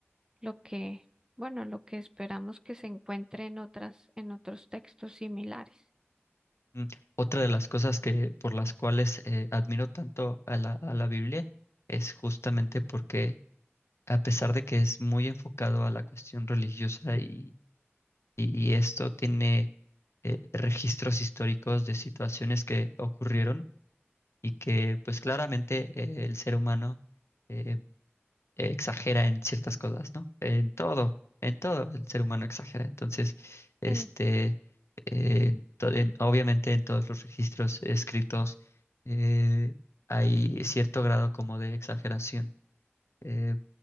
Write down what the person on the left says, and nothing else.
mm, otra de las cosas que por las cuales eh, admiro tanto a la, a la Biblia es justamente porque a pesar de que es muy enfocado a la cuestión religiosa y, y esto tiene eh, registros históricos de situaciones que ocurrieron, y que pues claramente eh, el ser humano eh, exagera en ciertas cosas, ¿no? En todo, en todo el ser humano exagera. Entonces, este,
eh, en to- en- obviamente en todos los registros escritos eh, hay cierto grado como de exageración. Eh,